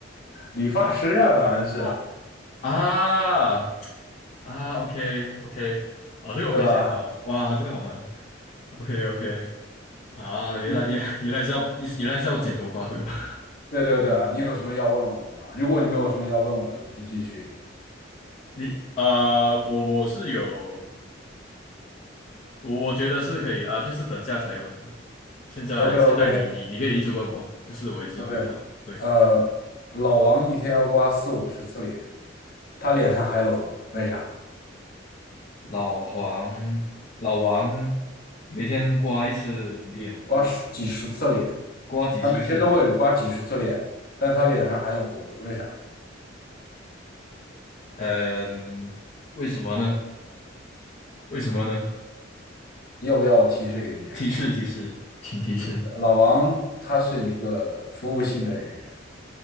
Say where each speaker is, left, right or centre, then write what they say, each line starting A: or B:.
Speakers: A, on the left; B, on the left.
A: 理发师啊，
B: 不是
A: 当然是，
B: 啊啊啊！OK OK，啊，这个我没想到，
A: 对吧？
B: 哇，这个好难。OK OK，啊，
A: 你
B: 原来也原来是要原来是要剪头发对吧？
A: 对对对啊，你有什么要问我的吗？如果你没有什么要问我的，我就继续。
B: 你啊、我我是有，我我觉得是可以啊，就是等下才问你。现在现在你你你可以一直问我，
A: OK OK。
B: 就是我一直回答。
A: OK，
B: 对，
A: 呃，老王一天要刮四五十次脸，他脸上还有胡子，为啥？
B: 老黄老王每天刮一次脸，
A: 刮十几十次脸，
B: 刮几十次脸。
A: 他每天都会刮几十次脸，但他脸上还有胡子，为啥？
B: 嗯，为什么呢？为什么呢？
A: 要不要我提示给你啊？
B: 提示提示，请提示。
A: 老王他是一个服务性的人员，